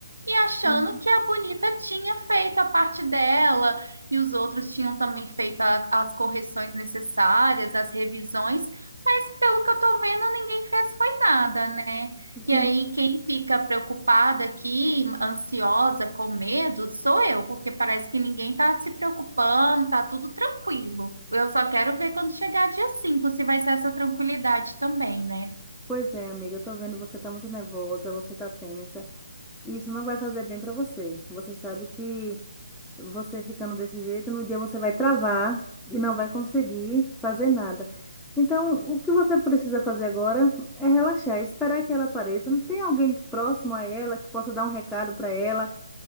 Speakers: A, on the right; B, in the centre.
A: e achando
B: sim.
A: que a bonita tinha feito a parte dela e os outros tinham também feito a- as correções necessárias, as revisões. Mas pelo que eu tô vendo, ninguém fez foi nada, né?
B: gente,
A: E aí, quem fica preocupada aqui, ansiosa, com medo, sou eu, porque parece que ninguém tá se preocupando, tá tudo tranquilo. Eu só quero ver quando chegar dia 5 se vai ser essa tranquilidade também, né?
B: pois é, amiga, eu tô vendo você tá muito nervosa, você tá tensa. E Isso não vai fazer bem para você. Você sabe que você ficando desse jeito, no dia você vai travar e não vai conseguir fazer nada. Então, o que você precisa fazer agora é relaxar, esperar que ela apareça. Não tem alguém próximo a ela que possa dar um recado para ela